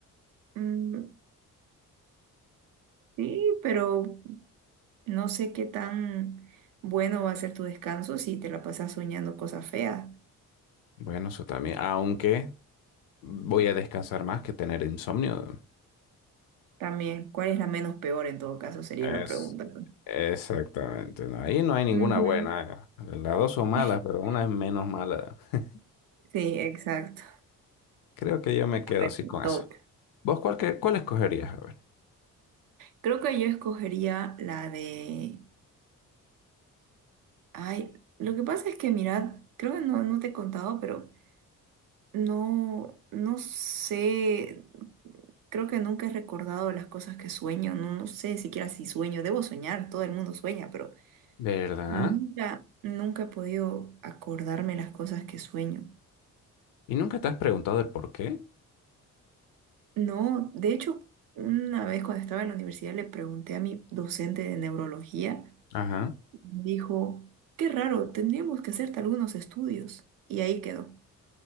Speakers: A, on the right; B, on the left.
A: mm, sí, pero No sé qué tan bueno va a ser tu descanso si te la pasas soñando cosas feas.
B: Bueno, eso también. Aunque voy a descansar más que tener insomnio.
A: También, ¿cuál es la menos peor en todo caso? Sería
B: Es,
A: la pregunta.
B: exactamente. no, Ahí no hay ninguna
A: Ujú.
B: buena. eh. Las dos son malas,
A: <laughs>
B: pero una es menos mala. <laughs>
A: Sí, exacto.
B: Creo que yo me quedo
A: A ver,
B: así
A: te
B: con
A: toca.
B: eso. ¿Vos cuál, que- cuál escogerías? A ver.
A: Creo que yo escogería la de... Ay, lo que pasa es que, mirad, creo que no, no te he contado, pero no, no sé, creo que nunca he recordado las cosas que sueño, no, no sé siquiera si sueño, debo soñar, todo el mundo sueña, pero...
B: ¿Verdad?
A: Nunca, nunca he podido acordarme las cosas que sueño.
B: ¿Y nunca te has preguntado el por qué?
A: No, de hecho, una vez cuando estaba en la universidad le pregunté a mi docente de neurología
B: Ajá.
A: y me dijo, qué raro, tendríamos que hacerte algunos estudios. Y ahí quedó.